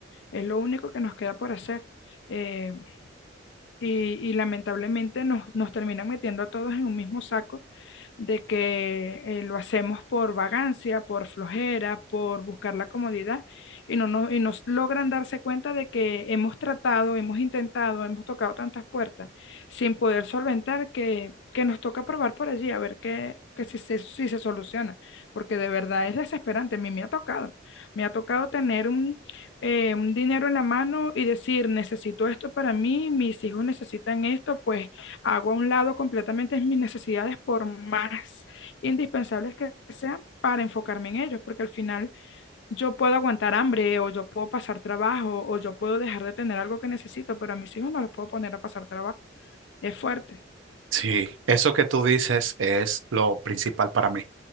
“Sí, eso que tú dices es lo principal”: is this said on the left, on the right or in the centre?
Right